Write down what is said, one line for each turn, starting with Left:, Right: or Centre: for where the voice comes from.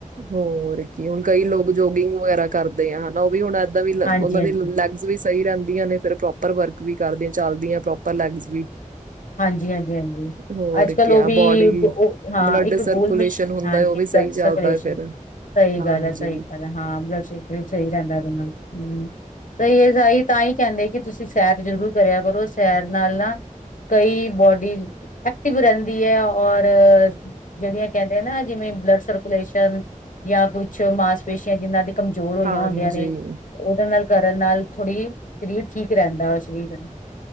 Right: ਹੋਰ ਕੀ ਹੁਣ ਕਈ ਲੋਕ ਜੋਗਿੰਗ ਵਗੈਰਾ ਕਰਦੇ ਆ ਹਨਾ ਉਹ ਵੀ ਹੁਣ ਦਾਂ ਵੀ
Left: ਹਾਂਜੀ
Right: ਉਹਨਾਂ
Left: ਹਾਂਜੀ
Right: ਦੀ ਲੈਗਜ਼ ਵੀ ਸਹੀ ਰਹਿੰਦੀਆਂ ਨੇ ਫਿਰ ਪ੍ਰੋਪਰ ਵਰਕ ਵੀ ਕਰਦੀਆਂ ਚੱਲਦੀਆਂ ਪ੍ਰੋਪਰ ਲੈਗਸ ਵੀ
Left: ਹਾਂਜੀ ਹਾਂਜੀ ਹਾਂਜੀ
Right: ਹੋਰ
Left: ਅੱਜ ਕੱਲ
Right: ਕਿਆ
Left: ਉਹ ਵੀ
Right: ਬੋਡੀ
Left: ਹਾਂ
Right: ਬਲੱਡ
Left: ਓ ਇੱਕ
Right: ਸਰਕੂਲੇਸ਼ਨ
Left: ਗੋਲ ਮਿਸ਼
Right: ਹੁੰਦਾ
Left: ਹਾਂਜੀ
Right: ਹੈ, ਉਹ ਵੀ
Left: ਬਲੱਡ
Right: ਸਹੀ ਚੱਲਦਾ
Left: ਸਰਕੂਲੇਸ਼ਨ
Right: ਹੈ ਫਿਰ
Left: ਸਹੀ
Right: ਹਾਂਜੀ,
Left: ਗੱਲ ਹੈ ਸਹੀ ਗੱਲ ਹੈ ਹਾਂ ਵੈਸੇ ਸਹੀ ਰਹਿੰਦਾ ਬੰਦਾ ਹੂੰ ਬਈ ਇਹ ਸਹੀ ਤਾਂ ਹੀ ਕਹਿੰਦੇ ਕਿ ਤੁਸੀਂ ਸੈਰ ਜ਼ਰੂਰ ਕਰਿਆ ਕਰੋ ਸੈਰ ਨਾਲ ਨਾ ਕਈ ਬੋਡੀ ਐਕਟਿਵ ਰਹਿੰਦੀ ਹੈ ਔਰ ਜਿਹੜੀਆਂ ਕਹਿੰਦੀਆਂ ਨਾ ਜਿਵੇਂ ਬਲੱਡ ਸਰਕੂਲੇਸ਼ਨ ਜਾਂ ਕੁਛ ਮਾਸਪੇਸ਼ੀਆਂ ਜਿਹਨਾਂ ਦੀ ਕਮਜ਼ੋਰ ਹੋਈਆਂ
Right: ਹਾਂਜੀ
Left: ਹੁੰਦੀਆਂ ਨੇ ਉਹਦੇ ਨਾਲ ਕਰਨ ਨਾਲ ਥੋੜੀ ਸਰੀਰ ਠੀਕ ਰਹਿੰਦਾ ਵਾ ਸਰੀਰ ਨੂੰ